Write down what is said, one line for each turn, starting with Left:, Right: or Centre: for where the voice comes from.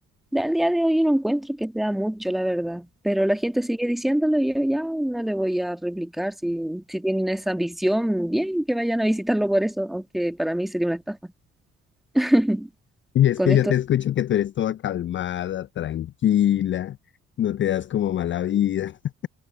Centre: al día de hoy yo no encuentro que sea mucho, la verdad. Pero la gente sigue diciéndolo y yo ya no le voy a replicar. Si, si tienen esa visión, bien que vayan a visitarlo por eso, aunque para mí sería una estafa. <laughs>
Left: Y es
Centre: Con
Left: que
Centre: esto
Left: yo te escucho que tú eres toda calmada, tranquila, no te das como mala vida. <laughs>